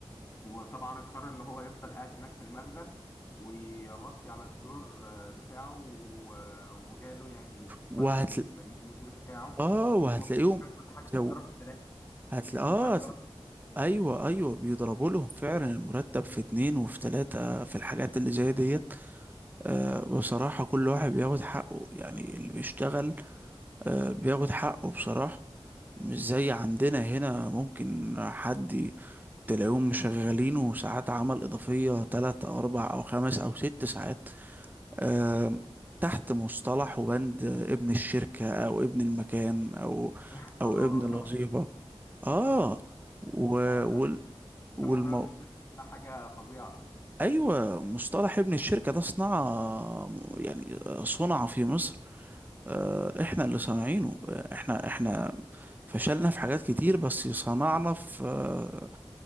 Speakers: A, on the left (about 25°); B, on the right (about 20°).
A: وطبعا اضطر ان هو يفضل قاعد هناك في المخزن ويغطي على الدور آه، بتاعه و- وجاله يعني اتصال
B: وهتل
A: من من المدير بتاعه
B: اه وهتلاقيهم
A: ان هو كان كل حاجة
B: زو...
A: بتتضرب في ثلاثة
B: هتل...
A: يعني
B: اه
A: كل ساعة بتتضرب
B: هتل...
A: في-
B: ايوه ايوه بيضربوا لهم فعلا المرتب في اتنين وفي تلاتة في الحاجات اللي زي ديت آه بصراحة كل واحد بياخد حقه يعني اللي بيشتغل آه بياخد حقه بصراحة مش زي عندنا هنا ممكن حد تلاقيهم شغالينه ساعات عمل إضافية تلات أو أربع أو خمس أو ست ساعات آم، تحت مصطلح وبند ابن الشركة أو ابن المكان أو
A: <laughs>
B: أو
A: اه
B: ابن الوظيفة آه و
A: لا
B: وال والمو...
A: ده موضوع ابن الشركة ده حاجة فظيعة
B: أيوة مصطلح ابن الشركة ده صنع يعني صنع في مصر آه، إحنا اللي صانعينه آه، إحنا إحنا فشلنا في حاجات كتير بس صنعنا في آه،